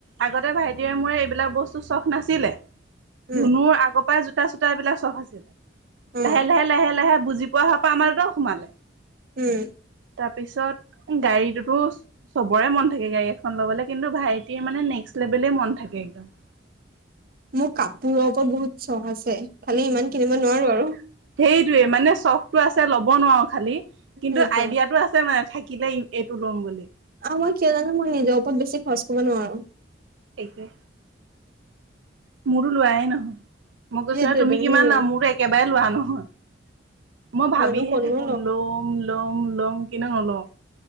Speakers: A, on the right (about 75°); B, on the right (about 50°).
A: আগতে ভাইটিৰে মোৰে এইবিলাক বস্তু চখ নাছিলে।
B: উম
A: ধুনুৰ আগৰ পৰাই চূতা চূতাবিলাক চখ আছিলে
B: উম
A: লাহে লাহে লাহে লাহে বুজি পোৱা হোৱাৰ পৰা আমাৰত সোমালে।
B: উম।
A: তাৰ পিছত গাড়ীটোতো চবৰে মন থাকে গাড়ী এখন ল'বলৈ কিন্তু ভাইটিৰ মানে নেক্সট লেভেলেই মন থাকে একদম।
B: মোৰ কাপোৰৰ পৰা বহুত চখ আছে খালি ইমান কিনিব নোৱাৰো আৰু।
A: হেৰিটোৱে মানে চখটো আছে ল'ব নোৱাৰো খালি। কিন্তু
B: সেইটোৱে
A: আইডিয়াটো আছে মানে থাকিলে এইটো ল'ম বুলি।
B: অ', মই কিয় জানো মই নিজৰ ওপৰত বেছি খৰচ কৰিব নোৱাৰো।
A: সেইটোৱে। মোৰো লোৱাই নহয় মই কৈছো
B: সেইটোৱেতো
A: ন তুমি কিমান
B: মোৰো
A: লোৱা মোৰ একেবাৰে লোৱা নহয়। মই ভাবিহে
B: মইনো কতনো
A: থাকো লম লম লম কিন্তু নলওঁ।